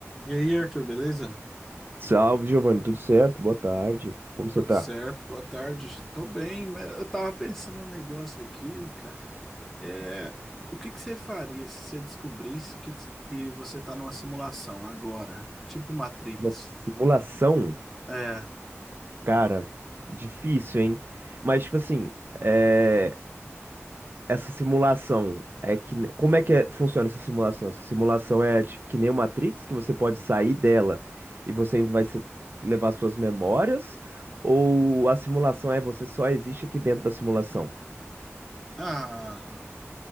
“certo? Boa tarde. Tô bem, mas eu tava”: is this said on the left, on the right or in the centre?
Centre